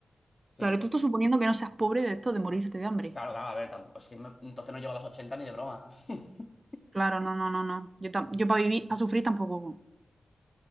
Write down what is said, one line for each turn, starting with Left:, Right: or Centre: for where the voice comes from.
Left: Sí,
Right: claro, tú
Left: to-
Right: estás suponiendo que no seas pobre de esto de morirte de hambre.
Left: claro, claro, a ver, tampoco, es que me- entonces no llego a los 80 ni de broma. <laughs>
Right: Claro, no, no, no, no. Yo, tam- yo para vivir, para sufrir tampoco.